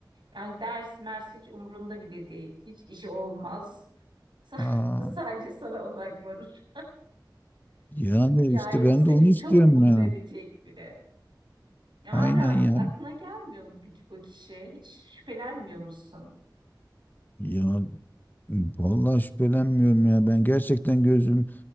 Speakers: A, on the right; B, on the left.
A: Yani ders mers hiç umrunda bile değil. Hiç işi olmaz. <laughs> Sa-
B: Aa,
A: Sadece sana odaklanır.
B: yani
A: Yani
B: işte ben
A: bu seni
B: de onu istiyorum
A: çok mutlu
B: ya.
A: edecek biri. Ya
B: Aynen
A: Hala
B: ya.
A: aklına gelmiyor mu peki bu kişi? Hiç şüphelenmiyor musun?
B: Ya vallahi şüphelenmiyorum ya. Ben gerçekten gözüm